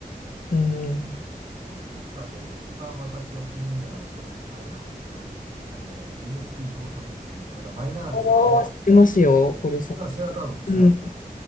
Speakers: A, on the left; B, on the right.
A: うん。
B: あの、その中で一番私お気に入りなのは、ショスあれだ、えっと、あの、リムスキー・コルサコフっていうですね、またマイナーなんですけども、
A: おー、知ってますよ、コルサ。
B: 知ってますシェエラザードって知ってますか
A: うん。